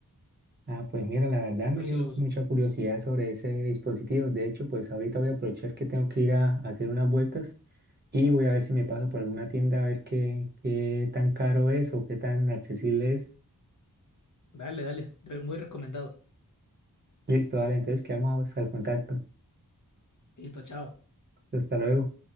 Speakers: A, on the right (about 25°); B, on the left (about 50°).
A: Ah, pues mira, la verdad me
B: pero
A: dio
B: sí lo uso.
A: mucha curiosidad sobre ese dispositivo. De hecho, pues ahorita voy a aprovechar que tengo que ir a a hacer unas vueltas y voy a ver si me paso por alguna tienda a ver qué, qué tan caro es o qué tan accesible es.
B: Dale, dale, re- muy recomendado.
A: Listo, vale, entonces quedamos al contacto.
B: Listo, chao.
A: Hasta luego.